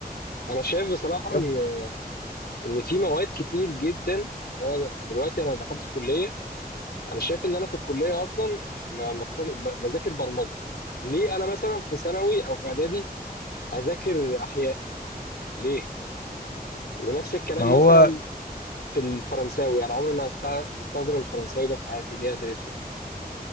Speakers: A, on the left; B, on the left.
A: انا شايف بصراحة
B: كمل.
A: ان ان في مواد كتير جدا انا دلوقتي انا دخلت كلية انا شايف ان انا في الكلية اصلا ما ما اتخ- ب- بذاكر برمجة ليه انا مثلا في ثانوي او في اعدادي اذاكر احياء ليه ونفس الكلام
B: ما هو
A: مثلا في الفرنساوي انا عمري ما أستع- استخدم الفرنساوي ده في حياتي ليه ادرسه